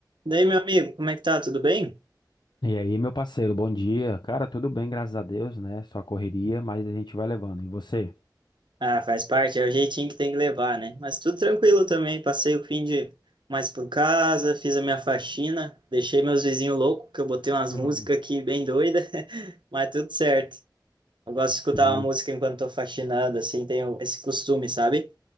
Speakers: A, on the right (about 80°); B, on the left (about 65°).
A: Daí, meu amigo, como é que tá? Tudo bem?
B: E aí, meu parceiro, bom dia. Cara, tudo bem, graças a Deus, né? Só correria, mas a gente vai levando. E você?
A: Ah, faz parte, é o jeitinho que tem que levar, né? Mas tudo tranquilo também. Passei o fim de mais por casa, fiz a minha faxina, deixei meus vizinhos loucos, que eu botei umas
B: Uhum.
A: músicas aqui bem doida, <laughs> mas tudo certo. Eu gosto de
B: Sim.
A: escutar uma música enquanto tô faxinando, assim, tenho esse costume, sabe?